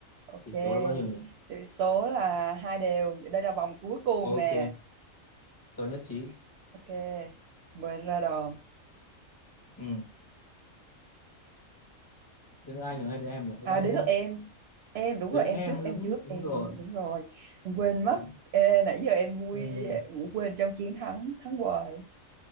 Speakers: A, on the right (about 65°); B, on the left (about 25°).
A: Ok,
B: tỷ số là bao nhiêu nhỉ
A: tỷ số là hai đều. Đây là vòng cuối cùng
B: ok
A: nè.
B: tôi nhất trí
A: Ok, mời anh ra đòn.
B: ừ. đến anh rồi hay đến em nhỉ đến
A: À
B: anh
A: đến
B: đúng
A: lượt
B: không
A: em. Em đúng
B: đến
A: rồi, em
B: em
A: trước,
B: mới
A: em
B: đúng
A: trước,
B: đúng
A: em
B: rồi
A: em đúng rồi. Em quên mất.
B: đấy.
A: Ê, nãy giờ em vui
B: ừ.
A: ngủ quên trong chiến thắng thắng hoài.